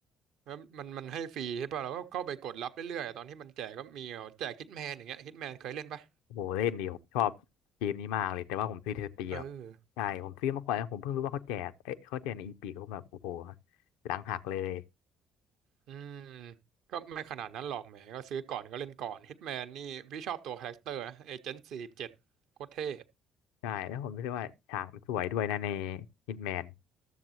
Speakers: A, on the right; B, on the left.
A: แล้วมันมันให้ฟรีใช่ป่ะเราก็เข้าไปกดรับเรื่อยๆอะตอนที่มันแจกก็มีเอาแจกฮิตแมนอย่างเงี้ยฮิตแมนเคยเล่นป่ะ
B: โอ้โหเล่นดีผมชอบเกมนี้มากเลยแต่ว่าผมซื้อในสตรีมครับใช่ผมซื้อมาก่อนแล้วผมเพิ่งรู้ว่าเขาแจกเอ้ยเขาแจกในอีพิกผมแบบโอ้โห
A: เออ
B: หลังหักเลย
A: อืมก็ไม่ขนาดนั้นหรอกแหมก็ซื้อก่อนก็เล่นก่อนฮิตแมนนี่พี่ชอบตัวคาแรคเตอร์นะเอเจนต์สี่สิบเจ็ดโคตรเท่
B: ใช่แล้วผมรู้สึกว่าฉากมันสวยด้วยนะในฮิตแมน